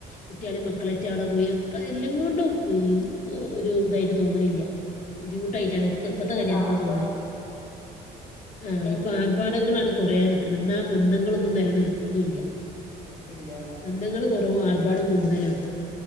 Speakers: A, on the left (about 45°); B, on the left (about 80°).
A: കുട്ടികളി മക്കളറ്റ
B: ഉം
A: അവിടെ പോയി ഒക്കെ എല്ലാം കൊണ്ടും ഒരു ഇതായിട്ട് തോന്നുന്നില്ല ബുദ്ധിമുട്ടായിട്ടാണ്
B: എല്ലാർക്കും
A: ഇക്ക് ഇപ്പഴത്തെ
B: ഇപ്പൊ
A: കല്യാണം
B: ആർഭാടേ
A: തോന്നുന്നത് ആഹ് ഇപ്പൊ
B: വേണ്ട
A: ആർഭാടങ്ങളാണ് കൊറേ നിക്ക്ണ് ന്ന ആ ബന്ധങ്ങളൊന്നും
B: ഉം
A: നെലനിൽക്കുന്നുല്ല
B: ഇല്ല
A: ബന്ധങ്ങള് കുറവും ആർഭാടം കൂടുതലാണ്